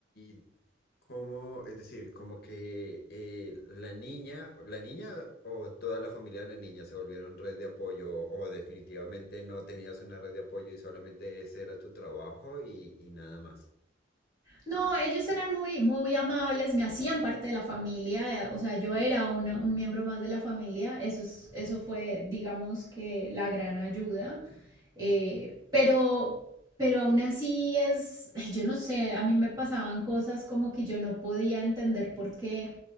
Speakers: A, on the left (about 50°); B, on the right (about 20°).
A: y cómo, es decir, como que eh, la niña, la niña o toda la familia de la niña se volvieron red de apoyo o definitivamente no tenías una red de apoyo y solamente ese era tu trabajo y, y nada más.
B: No, ellos eran muy, muy amables, me hacían parte de la familia, eh, o sea, yo era una- un miembro más de la familia, eso, es- eso fue, digamos que, la gran ayuda, eh, pero, pero aún así es, <laughs> yo no sé, a mí me pasaban cosas como que yo no podía entender por qué